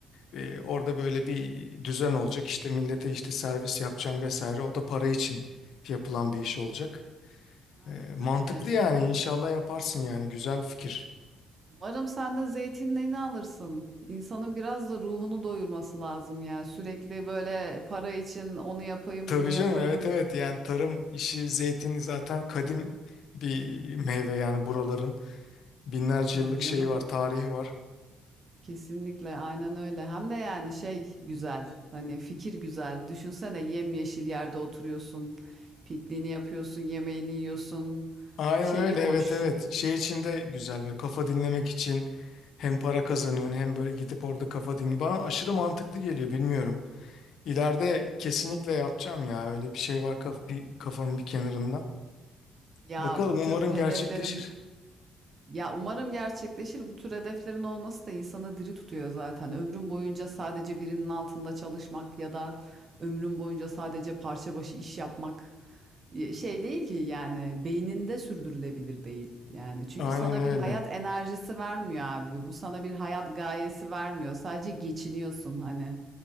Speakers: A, on the left; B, on the right.
A: e, orada böyle bir düzen olacak. işte millete işte servis yapacağım vesaire. O da para için yapılan bir iş olacak.
B: Aynen
A: E, mantıklı
B: öyle.
A: yani inşallah yaparsın yani güzel fikir.
B: Umarım sen de zeytinliğini alırsın. İnsanın biraz da ruhunu doyurması lazım ya. Sürekli böyle para için onu yapayım,
A: Tabii
B: bunu yapayım.
A: canım evet evet yani tarım işi zeytin zaten kadim bir meyve yani buraların binlerce
B: Tabii
A: yıllık
B: canım.
A: şeyi var tarihi var.
B: Kesinlikle aynen öyle. Hem de yani şey güzel. Hani fikir güzel. Düşünsene yemyeşil yerde oturuyorsun. Pikniğini yapıyorsun, yemeğini yiyorsun.
A: Aynen
B: Şeyi
A: öyle
B: hoş.
A: evet evet. Şey için de güzel böyle kafa dinlemek için hem para kazanıyorsun hem böyle gidip orada kafa dinli. Bana aşırı mantıklı geliyor bilmiyorum. İleride kesinlikle yapacağım ya öyle bir şey var kaf bir kafamın bir kenarında.
B: Ya
A: Bakalım
B: bu
A: umarım
B: tür hedeflerin
A: gerçekleşir.
B: Ya umarım gerçekleşir. Bu tür hedeflerin olması da insanı diri tutuyor zaten. Ömrün boyunca sadece birinin altında çalışmak ya da ömrün boyunca sadece parça başı iş yapmak e, şey değil ki yani beyninde sürdürülebilir değil. Yani çünkü
A: Aynen
B: sana
A: öyle.
B: bir hayat enerjisi vermiyor abi. Bu sana bir hayat gayesi vermiyor. Sadece geçiniyorsun hani.